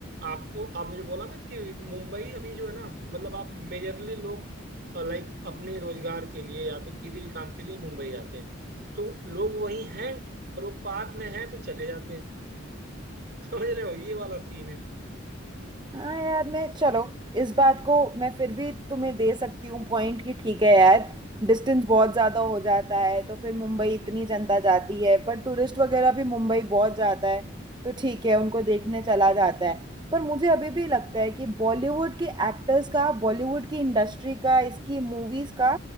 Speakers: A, on the right; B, on the right.
A: आपको आपने जो बोला ना कि मुंबई अभी जो है ना मतलब आप मेजरली लोग लाइक अपने रोजगार के लिए या फिर किसी भी काम के लिए मुंबई जाते हैं तो लोग वहीं हैं और वो पास में हैं तो चले जाते हैं <laughs> समझ रहे हो ये वाला सीन है
B: हाँ यार मैं चलो इस बात को मैं फिर भी तुम्हें दे सकती हूँ पॉइंट कि ठीक है यार डिस्टेंस बहुत ज़्यादा हो जाता है तो फिर मुंबई इतनी जनता जाती है पर टूरिस्ट वगैरह भी मुंबई बहुत जाता है तो ठीक है उनको देखने चला जाता है पर मुझे अभी भी लगता है कि बॉलीवुड के एक्टर्स का बॉलीवुड की इंडस्ट्री का इसकी मूवीज़ का